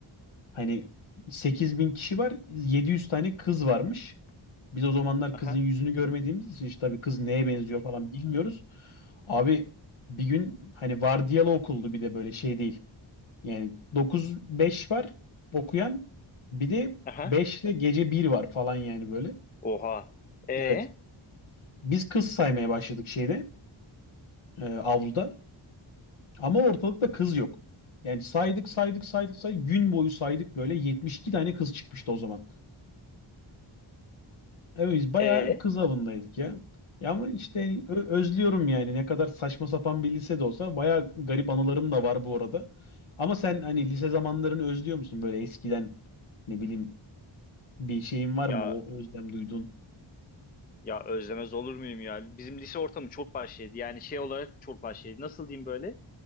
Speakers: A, on the left (about 75°); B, on the left (about 20°).
A: Hani 8000 kişi var, 700 tane kız varmış. Biz o zamanlar
B: Aha.
A: kızın yüzünü görmediğimiz için işte tabii kız neye benziyor falan bilmiyoruz. Abi bir gün hani vardiyalı okuldu bir de böyle şey değil. Yani 9-5 var okuyan bir de
B: Aha.
A: 5 ile gece bir var falan yani böyle.
B: Oha. E
A: Evet. Biz kız saymaya başladık şeyde e, avluda ama ortalıkta kız yok. Yani saydık saydık saydık saydık gün boyu saydık böyle 72 tane kız çıkmıştı o zaman. Evet biz bayağı
B: e
A: kız avındaydık ya. Ya ama işte hani ö- özlüyorum yani ne kadar saçma sapan bir lise de olsa bayağı garip anılarım da var bu arada. Ama sen hani lise zamanlarını özlüyor musun böyle eskiden ne bileyim bir şeyin var mı
B: ya
A: o özlem duyduğun?
B: ya özlemez olur muyum ya? Bizim lise ortamı çok vahşiydi. Yani şey olarak çok vahşiydi. Nasıl diyeyim böyle?